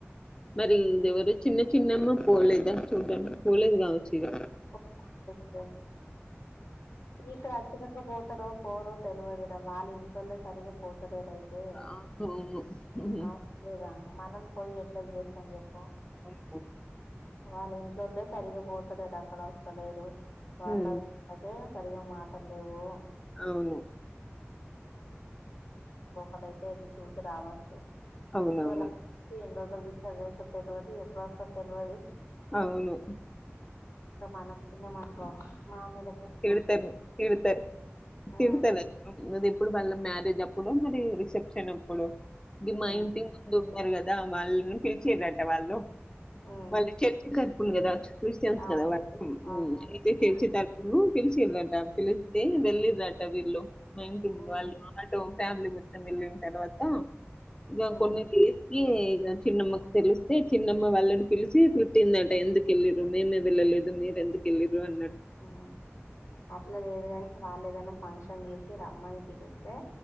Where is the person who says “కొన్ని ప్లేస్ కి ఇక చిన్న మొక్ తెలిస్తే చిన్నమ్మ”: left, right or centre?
Left